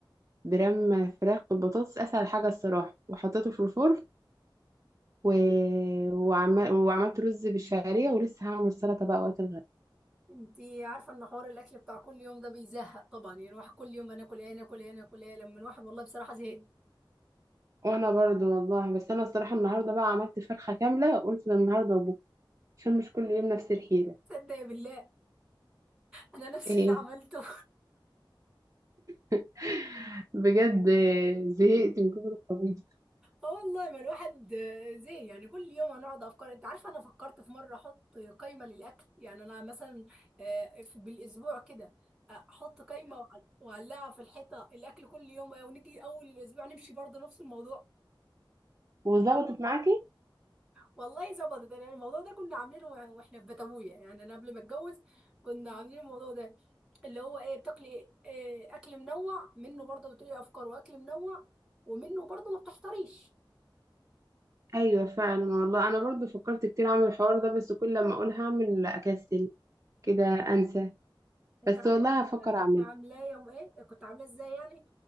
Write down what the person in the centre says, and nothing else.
انت عارفه ان حوار الاكل بتاع كل يوم ده بيزهق طبعا يعني الواحد كل يوم انا اكل ايه انا اكل ايه انا اكل ايه لما الواحد والله بصراحه زهق
صدق يا بالله انا نفس
اللي عملته
اه والله ما الواحد آه، زي يعني كل يوم هنقعد افكار انت عارفه انا فكرت في مره احط قائمه للاكل يعني انا مثلا آه، في- بالاسبوع كده آه، احط قائمه وأعل- واعلقها في الحيطه الاكل كل يوم ونيجي اول الاسبوع نمشي برضه نفس الموضوع
والله ظبطت يعني الموضوع ده كنا عاملينه وإح- واحنا في بتويه يعني انا قبل ما اتجوز كنا عاملين الموضوع ده اللي هو ايه بتاكلي إيه؟ آه، اكل منوع منه برضه بتقولي افكار واكل منوع ومنه برضه ما بتحتريش
انت
عارفه
كنت
كنت
عاملاه يوم ايه كنت عاملاه ازاي يعني